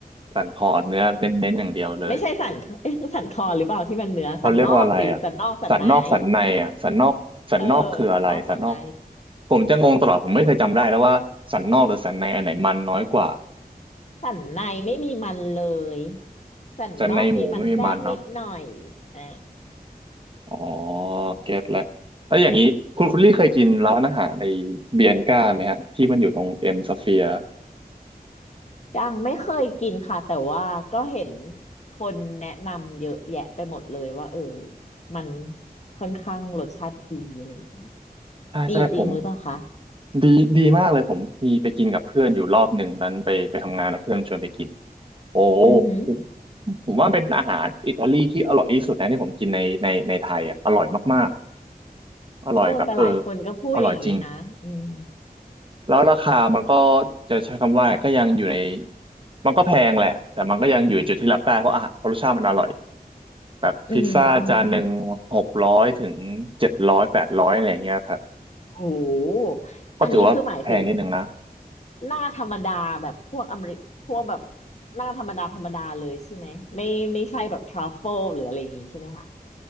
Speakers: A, on the right; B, on the left.
A: สันคอเนื้อเน้นๆอย่างเดียวเลย
B: ไม่ใช่สันเอ๊ะสันคอหรือเปล่าที่มันเนื้อสันนอกสิสันนอกสันใน
A: เขาเรียกว่าอะไรอ่ะสันนอกสันในอ่ะสันนอกสันนอกคืออะไรสันนอก
B: <laughs> เออสันนอกสันใน
A: ผมจะงงตลอดผมไม่เคยจำได้แล้วว่าสันนอกหรือสันในอันไหนมันน้อยกว่า
B: สันในไม่มีมันเลยสันนอกมีมันแทรกนิดหน่อย
A: สันในหมูไม่มีมันเนาะ
B: อ่า
A: อ๋อเก็ตแล้วแล้วอย่างนี้คุณคุณลี่เคยกินร้านอาหารในเบียนก้าไหมฮะที่มันอยู่ตรงเอ็มสเฟียร์
B: ยังไม่เคยกินค่ะแต่ว่าก็เห็นคนแนะนำเยอะแยะไปหมดเลยว่าเออมันค่อนข้างรสชาติดีอะไรอย่างเงี้ย
A: ใช่ใช่ผม
B: ดีจริงหรือเปล่าคะ
A: ดีดีมากเลยผมมีไปกินกับเพื่อนอยู่รอบหนึ่งนั้นไปไปทำงานกับเพื่อนชวนไปกินโอ้
B: อือหือ
A: ผมผมว่าเป็นอาหารอิตาลีที่อร่อยที่สุดนะที่ผมกินในในในไทยอ่ะอร่อยมากๆอร่อยแบบเออ
B: โอ้แต่หลายคนก็พูดอย่างนี้นะอืม
A: อร่อยจริงแล้วราคามันก็จะใช้คำว่าก็ยังอยู่ในมันก็แพงแหละแต่มันก็ยังอยู่ในจุดที่รับได้เพราะอาหารเพราะรสชาติมันอร่อยแบบพิซซ่าจานหนึ่งหกร้อยถึงเจ็ดร้อยแปดร้อยอะไรอย่างเงี้ยครับ
B: อืมอืมโห
A: ก็ถือว่าแพงนิดนึงนะ
B: อันนี้คือหมายถึง หน้าธรรมดาแบบพวกอเมริพวกแบบหน้าธรรมดาธรรมดาเลยใช่ไหมไม่ไม่ใช่แบบทรัฟเฟิลหรืออะไรอย่างงี้ใช่ไหมคะ